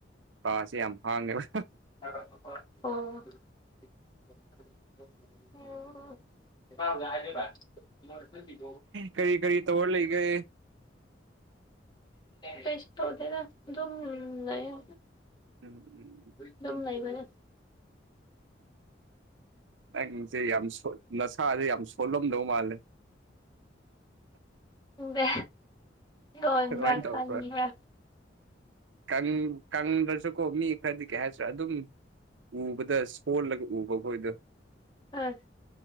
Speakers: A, on the right; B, on the left.
A: ꯀꯥꯁꯦ ꯌꯥꯝ ꯍꯥꯡꯉꯦꯕ
B: ꯑꯣ <unintelligible>
A: ꯀꯔꯤ ꯀꯔꯤ ꯇꯧꯔ ꯂꯩꯒꯦ
B: ꯀꯩꯁꯨ ꯇꯧꯗꯦꯗ ꯑꯗꯨꯝ ꯂꯩꯌꯦ
A: <unintelligible>
B: ꯑꯗꯨꯝ ꯂꯩꯕꯅꯦ
A: ꯅꯪꯁꯦ ꯌꯥꯝ ꯁꯣꯟ ꯅꯁꯥꯥꯁꯦ ꯌꯥꯝ ꯁꯣꯜꯂꯝꯗꯧ ꯃꯥꯜꯂꯦ
B: ꯈꯪꯗꯦ ꯇꯣꯟꯕ꯭ꯔꯥ
A: ꯑꯗꯨꯃꯥꯏꯅ ꯇꯧꯕ꯭ꯔꯣ
B: ꯀꯟꯕ꯭ꯔꯥ
A: ꯀꯪ ꯀꯪꯗ꯭ꯔꯁꯨꯀꯣ ꯃꯤ ꯈꯔꯗꯤ ꯀꯩ ꯍꯥꯏ ꯇꯥꯔꯦ ꯑꯗꯨꯝ ꯎꯕꯗ ꯁꯣꯜꯂꯒ ꯎꯕꯈꯣꯏꯗꯣ
B: ꯑ